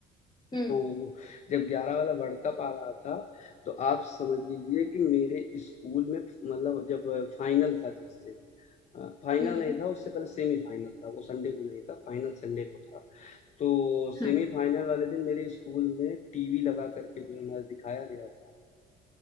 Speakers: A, on the left; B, on the left.
A: हम्म
B: तो जब 11 वाला वर्ल्ड कप आ रहा था, तो आप समझ लीजिए कि मेरे स्कूल में मतलब जब फाइनल था जिस दिन अ, फाइनल
A: हम्म
B: नहीं था, उससे पहले सेमीफाइनल था, वो संडे को नहीं था, फाइनल संडे को था। तो
A: हाँ
B: सेमीफाइनल वाले दिन मेरे स्कूल में टीवी लगा करके जो है मैच दिखाया गया था।